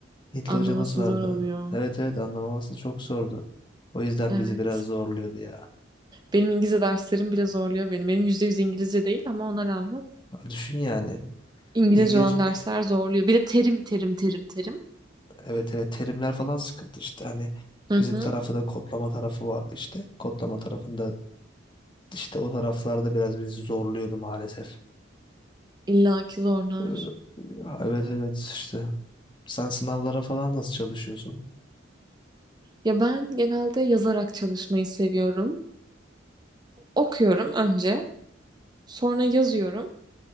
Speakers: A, on the left; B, on the right.
A: Hintli
B: Anlaması
A: hocamız vardı.
B: zor oluyor.
A: Evet evet anlamaması çok zordu. O yüzden
B: Evet.
A: bizi biraz zorluyordu ya.
B: Benim İngilizce derslerim bile zorluyor beni. Benim %100 İngilizce değil ama ona rağmen
A: Ya düşün yani.
B: İngilizce
A: İngiliz
B: olan dersler zorluyor. Bir de terim terim terim terim.
A: Evet evet terimler falan sıkıntı işte. Hani
B: Hı
A: bizim
B: hı.
A: tarafta da kodlama tarafı vardı işte. Kodlama tarafında işte o taraflarda biraz bizi zorluyordu maalesef.
B: İlla ki zorlar.
A: Ee, evet evet işte. Sen sınavlara falan nasıl çalışıyorsun?
B: Ya ben genelde yazarak çalışmayı seviyorum. Okuyorum önce, sonra yazıyorum,